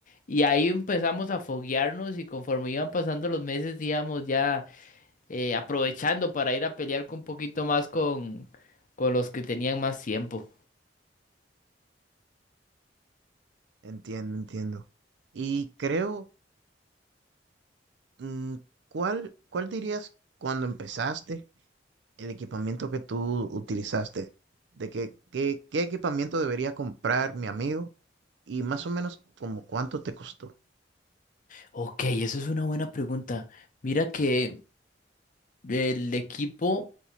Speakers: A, on the left; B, on the right.
A: y ahí empezamos a foguearnos y conforme iban pasando los meses íbamos ya eh, aprovechando para ir a pelear con un poquito más con, con los que tenían más tiempo.
B: Entiendo, entiendo. Y creo, mm, ¿cuál, cuál dirías cuando empezaste el equipamiento que tú utilizaste? ¿De que, qué, qué equipamiento debería comprar mi amigo? Y más o menos como cuánto te costó.
A: Ok, eso es una buena pregunta. Mira que el equipo